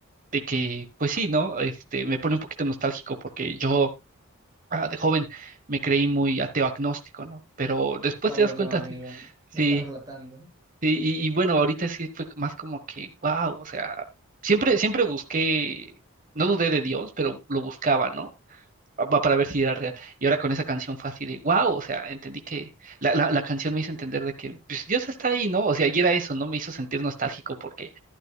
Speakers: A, on the right; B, on the right.
A: de que, pues sí, ¿no? Este, me pone un poquito nostálgico porque yo ah, de joven me creí muy ateo agnóstico, ¿no? Pero después
B: Ay,
A: te das
B: no,
A: cuenta,
B: amigo,
A: sí, sí,
B: me estás relatando.
A: Sí, y, y bueno, ahorita sí fue más como que, wow, o sea, siempre, siempre busqué, no dudé de Dios, pero lo buscaba, ¿no? Pa- pa- Para ver
B: Mm,
A: si era real. Y ahora con esa canción fue así de, wow, o sea, entendí que la, la, la canción me hizo entender de que pues, Dios está ahí, ¿no? O sea, y era eso, ¿no? Me hizo sentir nostálgico porque